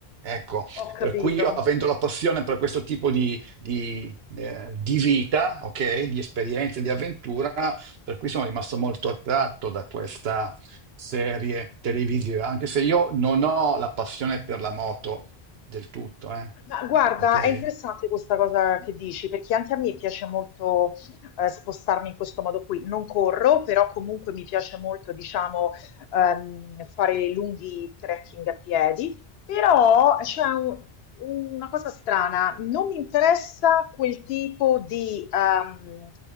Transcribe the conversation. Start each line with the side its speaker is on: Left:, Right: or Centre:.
Right: Ecco,
Left: ho capito.
Right: per cui io avendo la passione per questo tipo di, di, eh, di vita, ok, di esperienze, di avventura, per cui sono rimasto molto attratto da questa serie televisive, anche se io non ho la passione per la moto del tutto, eh,
Left: Ma guarda,
Right: ok?
Left: è interessante questa cosa che dici, perché anche a me piace molto eh, spostarmi in questo modo qui. Non corro, però comunque mi piace molto, diciamo, ehm, fare lunghi trekking a piedi. Però c'è un- una cosa strana, non mi interessa quel tipo di, ehm,